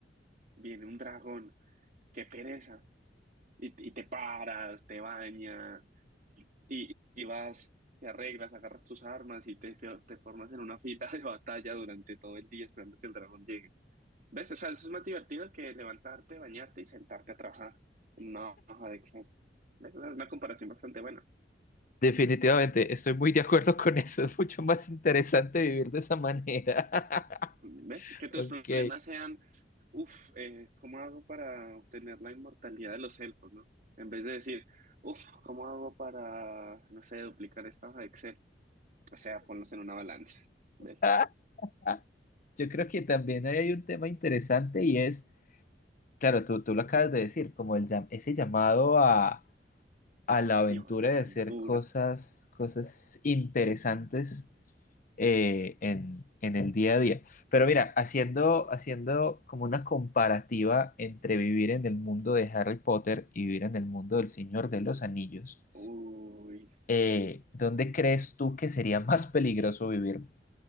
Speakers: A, on the right; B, on the left.
A: viene un dragón, qué pereza. Y, y te paras, te bañas y, y vas, te arreglas, agarras tus armas y te, te formas en una fila <laughs> de batalla durante todo el día esperando que el dragón llegue. ¿Ves? O sea, eso es más divertido que levantarte, bañarte y sentarte a trabajar en una hoja de Excel. ¿Ves? Es una comparación bastante buena.
B: Definitivamente, estoy muy de acuerdo con eso. Es mucho más interesante vivir de esa manera. <laughs>
A: ¿Ves? Que tus
B: Ok.
A: problemas sean, uff, ¿cómo hago para obtener la inmortalidad de los elfos, no? En vez de decir, uff, ¿cómo hago para, no sé, duplicar esta hoja de Excel? O sea, ponlos en una balanza. ¿Ves?
B: <laughs> Yo creo que también hay un tema interesante y es, claro, tú, tú lo acabas de decir, como el, llam- ese llamado a, a
A: Acción
B: la aventura
A: a la
B: de
A: aventura.
B: hacer cosas, cosas interesantes eh, en, en el día a día. Pero mira, haciendo, haciendo como una comparativa entre vivir en el mundo de Harry Potter y vivir en el mundo del Señor de los Anillos,
A: Uy,
B: eh, ¿dónde crees tú que sería <laughs> más peligroso vivir?